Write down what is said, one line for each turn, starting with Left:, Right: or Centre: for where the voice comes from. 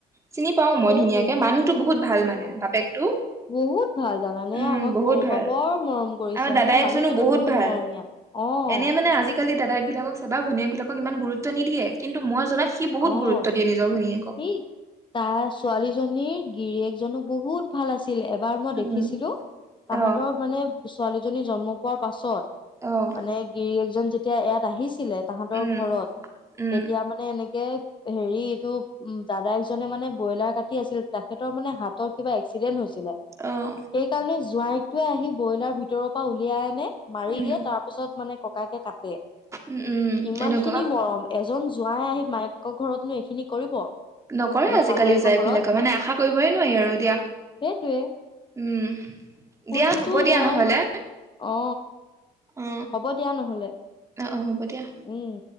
Right: চিনি পাওঁ মই
Left: সেইটোৱে
Right: ধুনীয়াকে, মানুহটো বহুত ভাল মানে বাপেকটো।
Left: বহুত ভাল। জানানে
Right: উম
Left: আমাক
Right: বহুত
Left: সৰু
Right: ভাল
Left: পা বৰ মৰম কৰিছে,
Right: আৰু দাদায়েকজনো
Left: মানে মানুহজনো বহুত
Right: ভাল
Left: মৰমীয়াল। অ'
Right: এনে মানে আজিকালি দাদাইক বিলাকক চাবা, ভনীয়েকবিলাকক ইমান গুৰুত্ব নিদিয়ে, কিন্ত মই জনাত সি বহুত
Left: অ',
Right: গুৰুত্ব দিয়ে নিজৰ ভনীয়েকক।
Left: সেই তাৰ ছোৱালীজনীৰ গিৰিয়কজনো বহুত ভাল আছিল। ছিল, এবাৰ মই
Right: উম
Left: দেখিছিলো, তাঁহতৰ
Right: অহ
Left: মানে ছোৱালীজনী জন্ম পোৱাৰ পাছত।
Right: অহ
Left: মানে গিৰিয়েক জন যেতিয়া ইয়াত আহিছিলে, তাঁহতৰ
Right: উম
Left: ঘৰত,
Right: উম
Left: তেতিয়া মানে এনেক হেৰি এইটো উম দাদাইক জনে মানে ব্ৰইলাৰ কাটি আছিল। তেখেতৰ মানে হাতত কিবা এক্সিডেন্ট হৈছিলে,
Right: অহ
Left: সেইকাৰণে জোৱাইকটোৱে আহি ব্ৰইলাৰ ভিতৰৰ পৰা উলিয়াই আনে মাৰি
Right: উম
Left: দিয়ে, তাৰ পিছত মানে ককায়কে কাটে,
Right: উম উম
Left: ইমান
Right: এনেকুৱা
Left: খিনি মৰম। এজন জোৱাই আহি মায়েকৰ ঘৰতনো এইখিনি কৰিব।
Right: নকৰে
Left: আহ
Right: আজিকালি
Left: শাহুৱেকৰ
Right: জোৱাইক
Left: ঘৰত
Right: বিলাকে, মানে আশা কৰিবই নোৱাৰি আৰু দিয়া।
Left: সেইটোৱে
Right: উম'
Left: কোনটো
Right: দিয়া হ'ব দিয়া
Left: জোঁৱাই
Right: নহলে।
Left: অ
Right: অ
Left: হ'ব দিয়া নহলে,
Right: অ হ'ব দিয়া
Left: উম'।